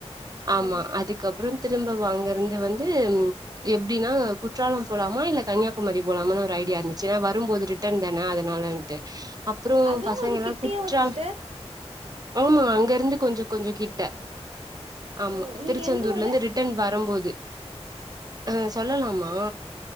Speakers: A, on the right; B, on the right.
A: ஆ
B: ஆமா அதுக்கப்புற திரும்ப அங்கிருந்து வந்து எப்டின்னா குற்றாலம் போலாமா இல்ல கன்னியாகுமரி போலாமனு ஒரு ஐடியா இருந்துச்சு ஏனா வரும் போது ரி ட்டன் தானே அதனாலட்டு அப்புறோ
A: அதெல்லா
B: பசங்க
A: உங்களுக்கு
B: எல்லா
A: கிட்டியேவா
B: குற்றால்
A: சிஸ்டர்
B: ஆமா அங்க இருந்து கொஞ்சோ கொஞ்ச கிட்ட ஆமா
A: ஓ நீங்க
B: திருச்செந்தூர்ல
A: எந்த ஊரு
B: இருந்து ரிட் டன் வரும்போது ஆ சொல்லலாமா